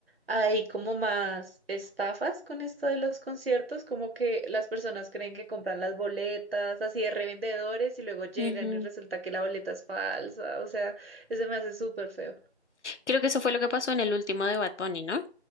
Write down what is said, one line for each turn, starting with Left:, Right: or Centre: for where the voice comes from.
Right: hay como más estafas con esto de los conciertos, como que las personas creen que compran las boletas así de revendedores y luego llegan
Left: Ujú.
Right: y resulta que la boleta es falsa, o sea, eso me hace súper feo.
Left: Creo que eso fue lo que pasó en el último de Bad Bunny, ¿no?